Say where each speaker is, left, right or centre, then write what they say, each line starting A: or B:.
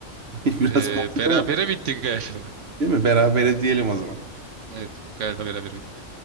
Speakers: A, on the right (about 60°); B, on the right (about 80°).
A: <laughs> Biraz
B: Ee,
A: komik
B: berabere
A: ama
B: bitti galiba.
A: değil mi? Berabere diyelim o zaman.
B: Evet galiba berabere bitti.